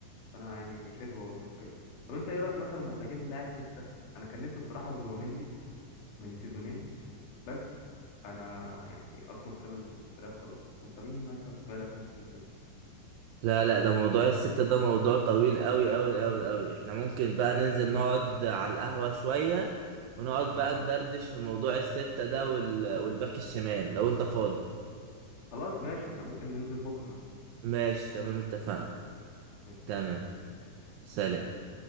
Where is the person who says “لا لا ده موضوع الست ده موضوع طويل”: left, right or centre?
Right